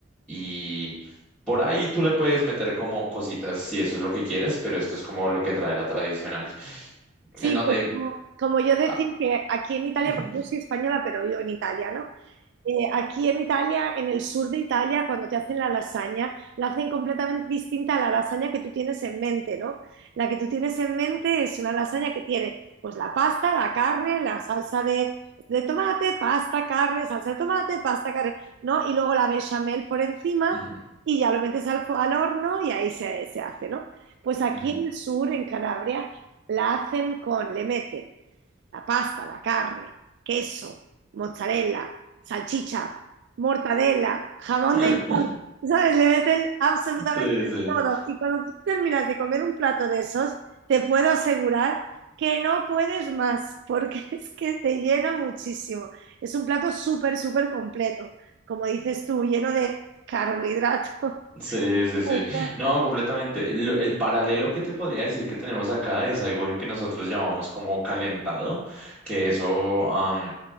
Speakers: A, in the centre; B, on the right.
A: y por ahí tú le puedes meter como cositas si eso es lo que quieres, pero esto es como lo que trae la tradicional.
B: sí,
A: En donde...
B: pues como, como yo decía
A: ah,
B: que aquí en Italia,
A: ujú,
B: porque yo soy española, pero vivo en Italia, ¿no? Eh, aquí en Italia, en el sur de Italia, cuando te hacen la lasaña, la hacen completamente distinta a la lasaña que tú tienes en mente, ¿no? La que tú tienes en mente es una lasaña que tiene pues la pasta, la carne, la salsa de, de tomate, pasta, carne, salsa de tomate, pasta, carne, ¿no? Y luego la bechamel por encima
A: ujú, ujú,
B: y ya lo metes al, fo- al horno y ahí se, se hace, ¿no? Pues aquí
A: ujú.
B: en el sur, en Calabria, la hacen con, le meten la pasta, la carne, queso, mozzarella, salchicha, mortadela, jamón
A: <laughs>
B: de york, ¿sabes? Le meten absolutamente
A: Sí, sí.
B: todo. Y cuando tú terminas de comer un plato de esos, te puedo asegurar que no puedes más, porque <laughs> es que te llena muchísimo. Es un plato súper, súper completo, como dices tú, lleno de carbohidratos.
A: Sí, sí, sí.
B: <laughs>
A: No, completamente. Lo- El, paralelo que te podría decir que tenemos acá es algo en que nosotros llamamos como calentado, que eso am,